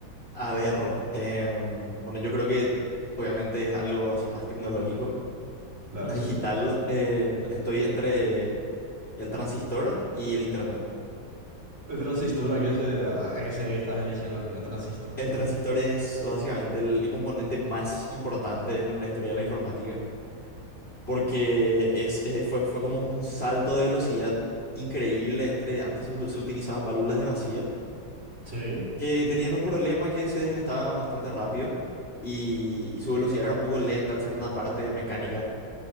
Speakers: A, on the left; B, on the right.
A: A ver, em, bueno, yo creo que obviamente es algo así más tecnológico,
B: Claro,
A: más
B: sí.
A: digital. Em, estoy entre el transistor y el internet.
B: El transistor, ¿a qué se, a a qué se ve que estás eligiendo el, el transistor,
A: El transistor
B: por ejemplo?
A: es básicamente el, el componente más importante en la historia de la informática, porque es, eh, fue, fue como un salto de velocidad increíble entre antes se, se utilizaban válvulas de vacío,
B: Sí,
A: que tenían un problema que se desgastaban bastante rápido y, y su velocidad era un poco lenta al ser una parte mecánica.